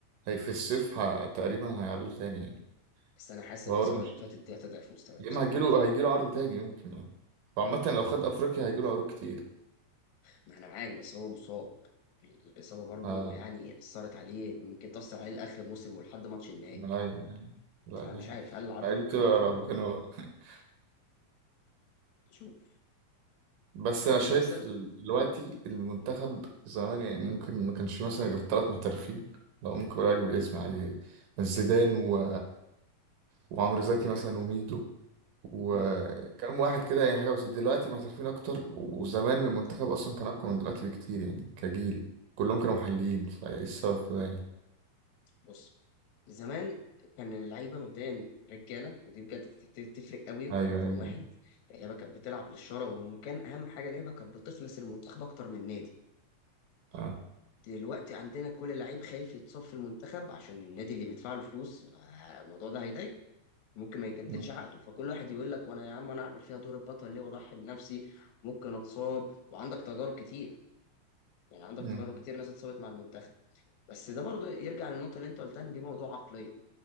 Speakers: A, on the right; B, on the left.
A: هي في الصيف ه... تقريبا هيعرضه تاني يعني
B: بس انا حاسس
A: هو
B: الاصابة
A: برضه مش
B: اللي فاتت دي هتضعف مستواه
A: يا
B: بصراحة
A: اما هيجيله
B: مش هيقدر
A: هيجيله عرض تاني يمكن يعني وعامة لو خد
B: عليه.
A: افريقيا هيجيله عروض كتير
B: ما انا معاك بس هو مصاب الاصابه برضو
A: آه
B: يعني اثرت عليه ممكن تاثر عليه لاخر الموسم ولحد ماتش النهائي
A: لا يعني لا
B: فمش
A: ده هي-
B: عارف هل العرضه
A: ما
B: ممكن
A: دي بتبقى
B: يتكرر
A: ربنا
B: ممكن
A: بقى <laughs>
B: نشوف
A: بس
B: يعني
A: انا شايف
B: مثلا
A: ال- دلوقتي
B: مم.
A: المنتخب زمان يعني ممكن ما كانش فيه مثلا غير ثلاث محترفين لو ممكن اقول
B: مم.
A: لك بالاسم يعني زيدان و... وعمرو زكي مثلا وميدو وكم
B: مم.
A: واحد كده يعني حاجة بس دلوقتي محترفين أكتر وزمان المنتخب أصلا كان أقوى من دلوقتي بكتير يعني كجيل كلهم كانوا محليين فإيه السبب في ده يعني
B: بص زمان كان اللعيبه مبدئيا رجاله ودي بجد بت- تفرق قوي ده
A: أيوه
B: رقم
A: أيوه
B: واحد اللعيبه كانت بتلعب للشرف وكان اهم حاجه اللعيبه كانت بتخلص المنتخب اكتر من النادي
A: أه
B: دلوقتي عندنا كل لعيب خايف يتصاب في المنتخب عشان النادي اللي بيدفع له فلوس آه، الموضوع ده هيضايقه ممكن ما يجددش
A: مم.
B: عقده فكل واحد يقول لك وانا يا عم انا اعمل فيها دور البطل ليه واضحي بنفسي ممكن اتصاب وعندك تجارب كتير يعني عندك
A: مم.
B: تجارب كتير ناس اتصابت مع المنتخب بس ده برضو يرجع للنقطه اللي انت قلتها ان دي موضوع عقليه